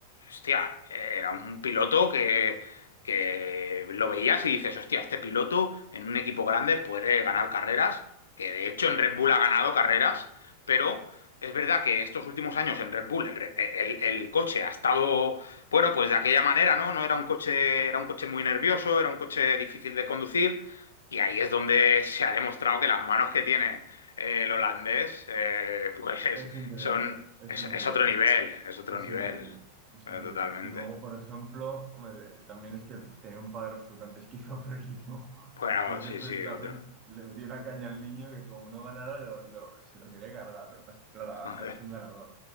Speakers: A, on the left; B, on the right.
A: hostia, eh, era un piloto que, que lo veías y dices, hostia, este piloto en un equipo grande puede ganar carreras, que de hecho en Red Bull ha ganado carreras, pero es verdad que estos últimos años en Red Bull el, re- el- el coche ha estado, bueno, pues de aquella manera, ¿no? No era un coche, era un coche muy nervioso, era un coche difícil de conducir, y ahí es donde se ha demostrado que las manos que tiene eh, el holandés, eh, pues
B: Es increíble,
A: son,
B: es
A: es,
B: increíble.
A: es otro nivel, es otro
B: Es
A: nivel,
B: increíble, es
A: Pero
B: increíble.
A: totalmente.
B: Y luego, por ejemplo, hombre, de- también es que tenía un padre absolutamente <laughs> esquizofrénico.
A: Bueno,
B: El Jos
A: sí,
B: Verstappen
A: sí, otro.
B: le metió una caña al niño que como no ganara, lo- lo- se lo quería cargar. Lo que pasa es que, claro, ha,
A: <laughs> Joder.
B: ha hecho un ganador.